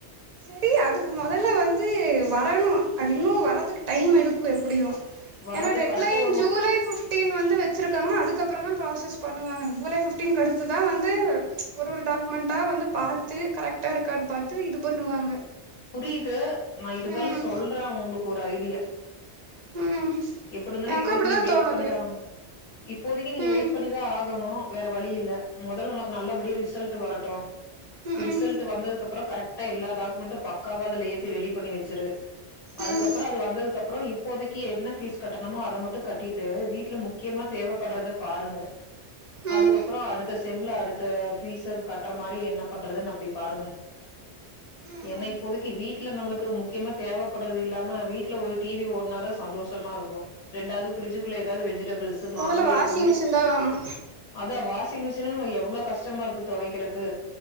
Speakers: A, on the right (about 50°); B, on the left (about 60°).
A: ட்டி அதுக்கு மொதல்ல வந்து வரணு அது இன்னு வரதுக்கு டைம் எடுக்கு எஸ் முடியு
B: வரட்டு
A: ஏனா டெட்
B: கரட்டு
A: லைன் ஜூலை ஃபிஃப்டீன் வந்து வெச்சிருக்காங்கனா அதுக்கப் பறந்தா ப்ராசஸ் பண்ணுவாங்க ஜூலை ஃபிஃப்டீன்க் அடுத்து தா வந்து ஒரு ஒரு டாக்குமெண்ட்டா வந்து பாத்து கரெக்ட்டா இருக்கான் பாத்து இது பண்ணுவாங்க
B: புரிது நா இருந்தாலு
A: ம்
B: சொல்றே உங்குளுக்கு ஒரு ஐடியா
A: ம்
B: எப்பிடிருந்தாலு
A: எனக்கு
B: இப்போதைக்கி
A: அப்டிதா
B: நீங்க வெயிட்
A: தோணுது
B: பண்ணிதா ஆகணு இப்போதைக்கி நீங்க
A: ம்
B: வெயிட் பண்ணிதா ஆகணு வேற வழி இல்ல மொதல்ல உனக்கு நல்லபடியா ரிசல்ட்டு வரட்டு
A: ம்
B: ரிசல்ட்டு
A: ம்
B: வந்ததுக்கு அப்புறோ கரெ ட்டா எல்லா டாக்குமெண்டு பக்காவா அதுல ஏத்தி ரெடி பண்ணி வெச்சிரு அதுக்கப்புறோ
A: ம்
B: அது வந்ததுகப் ப்றோ இப்போதைக்கி என்ன ஃபீஸ் கட்டணுமோ அத மட்டு கட்டிட்டு வீட்ல முக்கியமா தேவப்பட்றத பாருங்க அதுக்கப்புறோ
A: ம்
B: அடுத்தஸ் செம்ல அடுத்த ஃபீஸ கட்ற மாரி என்ன பண்றதுன் அப்டி பாருங்க.
A: ம்
B: ஏனா இப்போதைக்கி வீட்ல நம்மளுக்கு முக்கியமா தேவப்பட்றது இல்லாம வீட்ல ஒரு டி வி ஓட்னாதா சந்தோஷமா ருக்கு ரெண்டாவ்து ஃபிரிட்ஜ்க்குள்ள எதாது வெஜிடபிள்ஸு மாவு
A: மொதல்ல வாஷிங்
B: எதுவுமே
A: மிஷின் தா வாங்கணு
B: அதா வாஷி ங்மிஷினு எவ்ளோ கஷ்டமாருக்கு தொவைக்கறக்கு